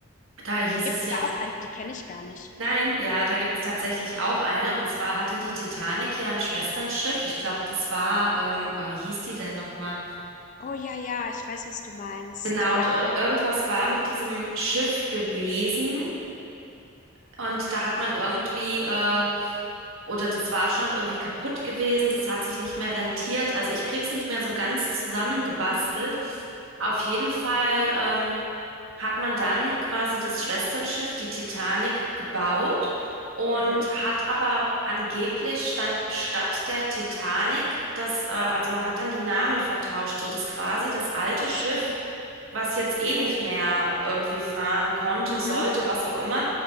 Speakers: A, on the right; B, on the left.
A: Da hieß
B: Gibt
A: es
B: es
A: ja,
B: da auch eine, die kenne ich gar nicht.
A: nein, ja, da gibt es tatsächlich auch eine. Und zwar hatte die Titanic ja ein Schwesternschiff. Ich glaube, das war, ähm, ah, wie hieß die denn nochmal?
B: Oh ja, ja, ich weiß, was du meinst.
A: Genau,
B: Ja.
A: und ir irgendwas war mit diesem Schiff gewesen. Und da hat man irgendwie äh, Oder das war schon irgendwie kaputt gewesen, das hat sich nicht mehr rentiert. Also ich krieg's nicht mehr so ganz zusammengebastelt.
B: Mhm.
A: Auf jeden Fall ähm, hat man dann quasi das Schwesternschiff, die Titanic, gebaut und
B: Mhm.
A: hat aber angeblich dann statt der Titanic das, äh, also man hat dann die Namen vertauscht, so dass quasi das alte
B: Ach
A: Schiff
B: so.
A: was jetzt eh nicht mehr irgendwie fahren konnte,
B: Mhm.
A: sollte, was auch immer,